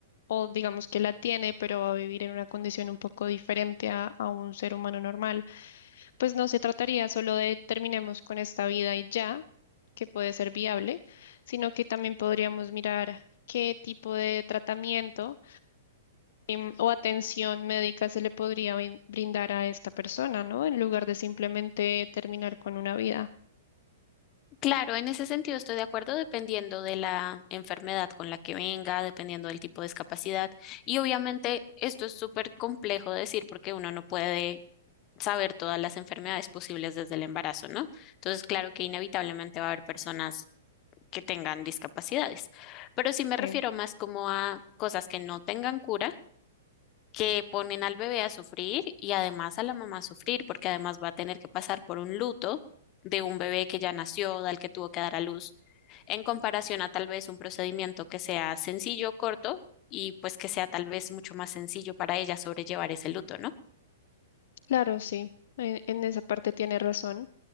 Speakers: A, on the left; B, on the left.
A: o digamos que la tiene, pero va a vivir en una condición un poco diferente a, a un ser humano normal, pues no se trataría solo de terminemos con esta vida y ya, que puede ser viable, sino que también podríamos mirar qué tipo de tratamiento em, o atención médica se le podría brin- brindar a esta persona, ¿no? En lugar de simplemente terminar con una vida.
B: Claro, en ese sentido estoy de acuerdo, dependiendo de la enfermedad con la que venga, dependiendo del tipo de discapacidad. Y obviamente esto es súper complejo de decir porque uno no puede saber todas las enfermedades posibles desde el embarazo, ¿no? Entonces, claro que inevitablemente va a haber personas que tengan discapacidades, pero sí me
A: Sí.
B: refiero más como a cosas que no tengan cura que ponen al bebé a sufrir y además a la mamá a sufrir, porque además va a tener que pasar por un luto de un bebé que ya nació, del que tuvo que dar a luz, en comparación a tal vez un procedimiento que sea sencillo, corto y pues que sea tal vez mucho más sencillo para ella sobrellevar ese luto, ¿no?
A: Claro, sí, en, en esa parte tiene razón,